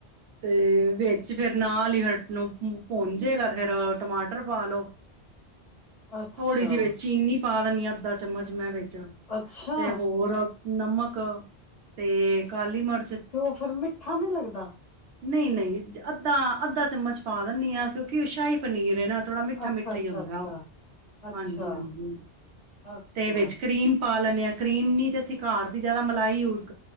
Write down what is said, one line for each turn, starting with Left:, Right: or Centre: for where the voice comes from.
Right: ਤੇ ਵਿੱਚ ਫਿਰ ਨਾਲ ਹੀ ਹਟ ਨੂੰ ਪੁੰਜੇਗਾ ਤੇ ਫੇਰ ਟਮਾਟਰ ਪਾ ਲੋ।
Left: ਅੱਛਾ,
Right: ਥੋੜ੍ਹੀ ਜੀ ਵਿੱਚ ਚੀਨੀ ਪਾ ਦੇਣੀ ਆ। ਅੱਧ ਚਮਚ ਮੈਂ
Left: ਅੱਛਾ
Right: ਤੇ ਹੋਰ ਨਮਕ ਤੇ ਕਾਲੀ ਮਿਰਚ
Left: ਤੇ ਉਹ ਫੇਰ ਮਿੱਠਾ ਨੀ ਲੱਗਦਾ।
Right: ਨਹੀਂ-ਨਹੀਂ ਅੱਧਾ-ਅੱਧਾ ਚਮਚ ਪਾ ਦਿੰਨੀ ਹਾਂ ਕਿਉਂਕਿ ਉਹ ਸ਼ਾਹੀ ਪਨੀਰ ਹੈ ਨਾ ਥੋੜਾ ਮਿੱਠਾ-ਮਿੱਠਾ
Left: ਅੱਛਾ, ਅੱਛਾ,
Right: ਹੁੰਦਾ
Left: ਅੱਛਾ,
Right: ਉਹ
Left: ਅੱਛਾ,
Right: ਹਾਂਜੀ-ਹਾਂਜੀ
Left: ਅੱਛਾ,
Right: ਤੇ ਵਿੱਚ ਕਰੀਮ ਪਾ ਲੈਂਦੇ ਹਾਂ। ਕਰੀਮ ਨੀ ਤੇ ਅਸੀ ਘਰ ਦੀ ਜ਼ਿਆਦਾ ਲਾਈ ਯੂਜ਼